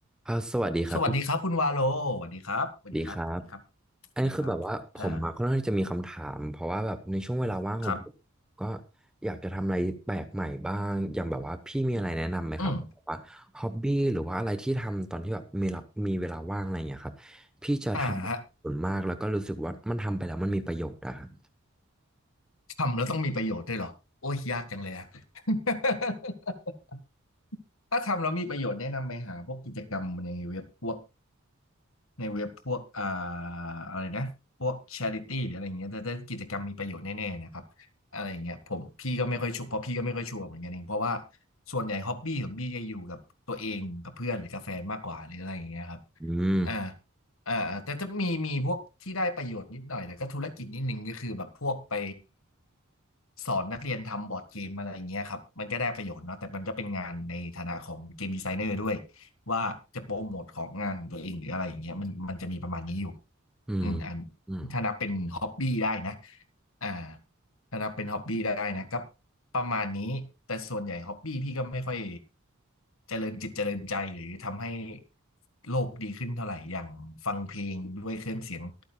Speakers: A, in the centre; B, on the left (about 70°).
A: อ่าสวัสดีครับพี่
B: สวัสดีครับคุณวาโลสวัสดีครับสวัสดีครับสวัสดีครับ
A: ดีครับ
B: สวัสดีครับอ่า
A: อันนี้คือแบบว่าผมมาค่อนข้างที่จะมีคำถามเพราะว่าแบบในช่วงเวลาว่างของผมก็
B: ครับ
A: อยากจะทำอะไรแปลกใหม่บ้างอย่างแบบว่าพี่มีอะไรแนะนำไหมครับแบบว่าฮ็อบบี้หรือว่าอะไรที่ทำตอนที่แบบมีรับมีเวลาว่างอะไรอย่างเงี้ยครับพี่จะทำอะไรส่วนมากแล้วก็รู้สึกว่ามันทำไปแล้วมันมีประโยชน์อะครับ
B: อืมอ่าฮะทำแล้วต้องมีประโยชน์ด้วยเหรอโอ้ยยากจังเลยอะ <laughs> ถ้าทำแล้วมีประโยชน์แนะนำไปหาพวกกิจกรรมในเว็บพวกในเว็บพวกอ่าอะไรนะพวก charity หรืออะไรอย่างเงี้ยแต่ถ้ากิจกรรมมีประโยชน์แน่ๆนะครับอะไรอย่างเงี้ยผมพี่ก็ไม่ค่อยชัวร์เพราะพี่ก็ไม่ค่อยชัวร์เหมือนกันเองเพราะว่าส่วนใหญ่ฮ็อบบี้ของพี่จะอยู่กับตัวเองกับเพื่อนหรือกับแฟนมากกว่าหรืออะไรอย่างเงี้ยครับ
A: อืม
B: อ่าอ่าแต่จะมีมีพวกที่ได้ประโยชน์นิดหน่อยแต่ก็ธุรกิจนิดนึงก็คือแบบพวกไปสอนนักเรียนทำบอร์ดเกมอะไรอย่างเงี้ยครับมันก็ได้ประโยชน์เนาะแต่มันก็เป็นงานในฐานะของเกมดีไซเนอร์ด้วยว่าจะโปรโมทของงานของตัวเองหรืออะไรอย่างเงี้ยมันมันจะมีประมาณนี้อยู่
A: อืม
B: อืมอัน
A: อืม
B: ถ้านับเป็นฮ็อบบี้ได้นะอ่า ถ้านับเป็นฮ็อบบี้ได้นะก็ประมาณนี้แต่ส่วนใหญ่ฮ็อบบี้พี่ก็ไม่ค่อยเจริญจิตเจริญใจหรือทำให้โลกดีขึ้นเท่าไหร่อย่างฟังเพลงด้วยเครื่องเสียง